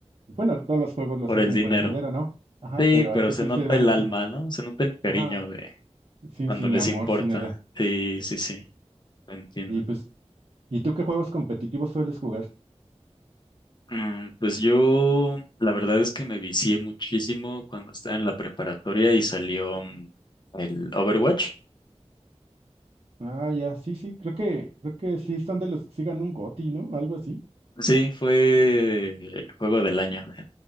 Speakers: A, on the right (about 55°); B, on the left (about 40°).
A: Bueno, todos los juegos los
B: Por
A: hacen
B: el dinero.
A: por el dinero, ¿no? Ajá,
B: Sí,
A: pero
B: pero
A: este
B: se
A: sí
B: nota
A: se ve,
B: el alma,
A: sí.
B: ¿no? Se nota el cariño
A: Ajá,
B: de
A: sin,
B: cuando
A: sin
B: les
A: amor,
B: importa.
A: sin nada.
B: Sí, sí, sí, lo entiendo.
A: Y pues, ¿y tú qué juegos competitivos sueles jugar?
B: Mm, Pues yo, la verdad es que me vicié muchísimo cuando estaba en la preparatoria y salió mm, el Overwatch.
A: Ah, ya, sí, sí, creo que, creo que sí son de los que sigan un GOTY, ¿no? Algo así.
B: Sí, fue el juego del año, en